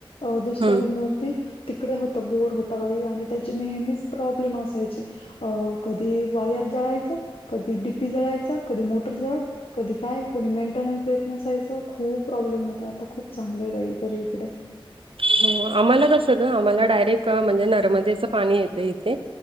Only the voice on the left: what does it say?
अ दुसऱ्या
रूमवररती तिकडे होतं बोर होता बाई आणि त्याचे नेहमीच प्रॉब्लेम असायचे. अ कधी वायर जळायचं कधी डीपी जळायच कधी मोटर जळ कधी काय कोणी मेंटेनन्स देत नसायचं खूप प्रॉब्लेम होत आता खूप चांगलं आहे बाई तरी इकडे.